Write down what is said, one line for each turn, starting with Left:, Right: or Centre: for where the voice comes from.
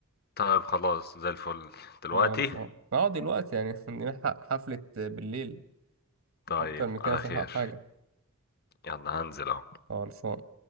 Left: طيب خلاص زي الفل دلوقتي
Right: اه خلصان. اه دلوقتي يعني <laughs> نلحق حفله بالليل
Left: طيب
Right: اكتر من
Left: على
Right: كده مش
Left: خير
Right: هنلحق حاجه
Left: يلا هنزل اهو
Right: خلصان